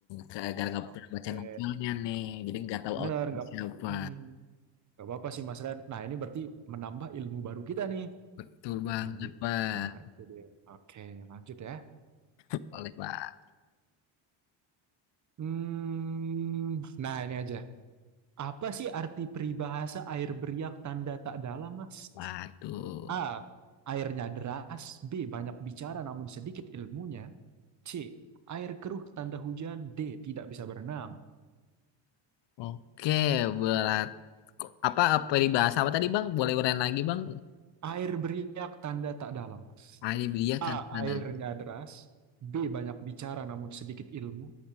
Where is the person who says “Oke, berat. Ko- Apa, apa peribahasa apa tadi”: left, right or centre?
Left